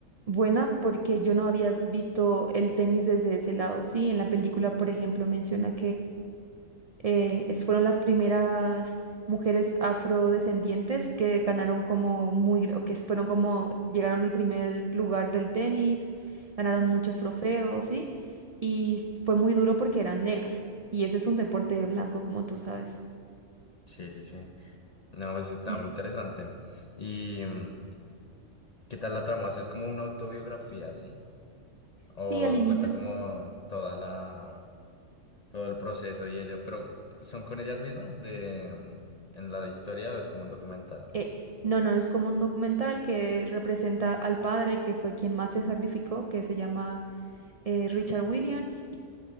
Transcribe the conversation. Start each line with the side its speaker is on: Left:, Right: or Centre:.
Right: buena porque yo no había visto el tenis desde ese lado. Sí, en la película, por ejemplo, menciona eh, es- fueron las primeras mujeres afrodescendientes que ganaron como muy, gr- que fueron como, llegaron al primer lugar del tenis, ganaron muchos trofeos, ¿sí? Y s- fue muy duro porque eran negras. Y ese es un deporte de blanco, como tú sabes.
Left: Sí, sí, sí. No, pues está
Right: Y
Left: muy interesante. ¿Y mm, qué tal la trama? O sea, es como una autobiografía, ¿sí? O
Right: sí, al inicio,
Left: cuenta como toda la, todo el proceso y ello, pero ¿son con ellas mismas de, mm, en la historia o es como un documental?
Right: eh, no, no, es como un documental que representa al padre que fue quien más se sacrificó, que se llama eh, Richard Williams,